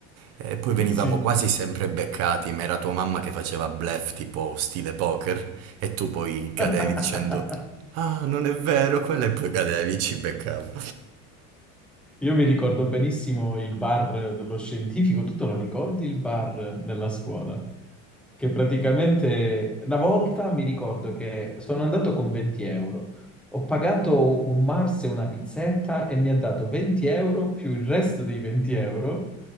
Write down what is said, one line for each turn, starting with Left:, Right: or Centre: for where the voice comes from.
Right: E poi venivamo
Centre: Sì.
Right: quasi sempre beccati, ma era tua mamma che faceva bluff tipo stile poker e tu poi cadevi
Centre: <laughs>
Right: dicendo Ah, non è vero, quella e poi cadevi, ci beccavo.
Centre: Io mi ricordo benissimo il bar dello scientifico, tu te lo ricordi il bar della scuola? Che praticamente una volta mi ricordo che sono andato con 20 euro, ho pagato un Mars e una pizzetta e mi ha dato 20 euro più il resto dei 20 euro